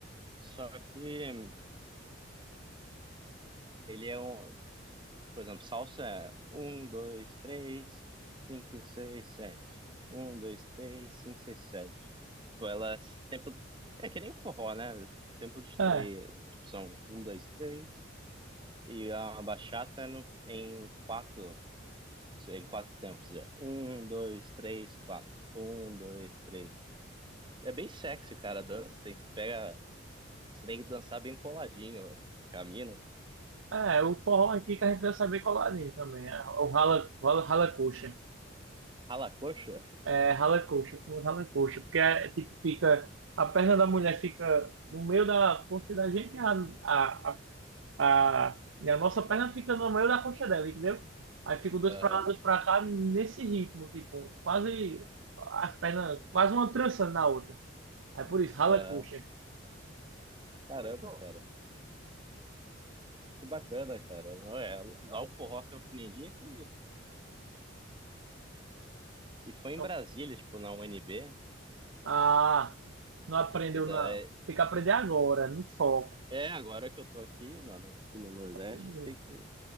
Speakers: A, on the right; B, on the right.
A: só que ele é um, por exemplo, salsa é um, dois, três, cinco, seis, sete. Um, dois, três, cinco, seis, sete. Tipo, ela é tempo, é que nem o forró, né? Tempo de
B: é.
A: três, tipo, são um, dois, três, e a bachata é no, em quatro, em quatro tempos, é um, dois, três, quatro. Um, dois, três, É bem sexy, cara, a dança. Você pega. Você tem que dançar bem coladinho, camina.
B: É, o forró aqui que a gente vai saber colorinho também. É o rala, rala, rala coxa.
A: Rala a coxa.
B: É rala coxa, como rala coxa. Porque é, é tipo, fica. A perna da mulher fica no meio da coxa da gente e a, a, a, a, e a nossa perna fica no meio da coxa dela, entendeu? Aí fica dois
A: Aham,
B: pra lá, dois pra cá, nesse ritmo, tipo, quase as pernas, quase uma trançando na outra. Aí por isso, rala
A: aham.
B: coxa.
A: Caramba, Então, cara. Que bacana, cara. Não é, lá o forró que eu aprendi é que. E foi em
B: Então,
A: Brasília, tipo, na UNB.
B: Ah, não aprendeu
A: E daí.
B: não. Tem que aprender agora, no foco.
A: É, agora que eu tô aqui, mano, aqui no Nordeste,
B: Tem que aprender.
A: tem que,